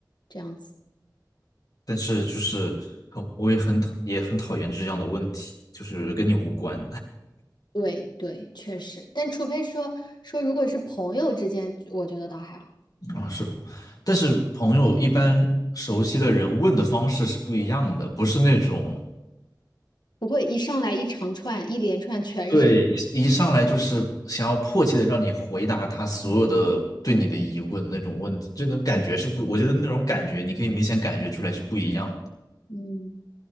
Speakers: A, on the left; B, on the left.
A: 这样子。
B: 但是就是很我也很也很讨厌这样的问题，就是跟你无关
A: 对对，确实，但除非说说如果是朋友之间，我觉得倒还好，
B: <laughs> 啊，是吧但是朋友一般熟悉的人问的方式是不一样的，不是那种。
A: 不会一上来一长串一连串全是
B: 对，一上来就是想要迫切的让你回答他所有的对你的疑问那种问题，这种感觉是不，我觉得那种感觉你可以明显感觉出来是不一样的。
A: <laughs>，嗯，